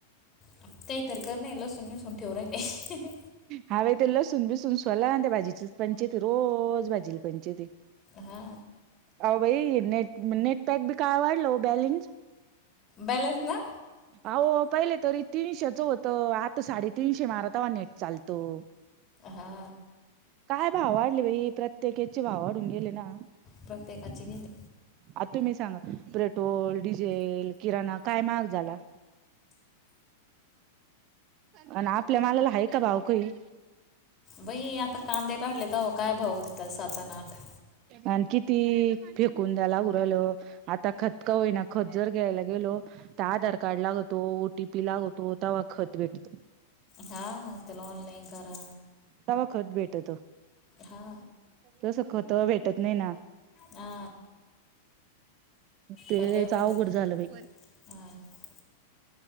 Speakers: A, on the left; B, on the right.
A: <unintelligible> लसुण विसुन ठेऊन राहीले
B: हाव ते लसूण बिसून सोला त्या भाजीच रोज भाजीला पंचाईताय
A: हा.
B: आओ भाई नेट नेटपॅक बी काय वाढलं वो बॅलन्स
A: बॅलन्स ना.
B: आओ पहिले तरी तीनशेच होतं. आता साडे तिनश मारत तवा नेट चालतं
A: हा
B: काय भाव वाढले बाई प्रत्येकाचे भाव वाढून गेले ना
A: प्रत्येकाची गेले
B: आ तुम्ही सांगा पेट्रोल डिझेल किराणा काय महाग झाला आणि आपल्या मालाला आहे का भाव काही.
A: बई आता कांदे काढले तेव्हा काय भाव होता त्याला सात आणि आठ.
B: आणि किती फेकून झाला उरल. आता खत का होईना खत जर घ्यायला गेलो तर आधार कार्ड लागतो ओटीपी लागवतो. तो तवा खत भेटतो.
A: हा त्याला ऑनलाईन करा.
B: तेव्हा खत भेटते.
A: हा
B: तस खत भेटत नाही ना.
A: हा
B: तेच
A: खत भेटत
B: अवघड
A: नाही
B: झालं बाई.
A: हा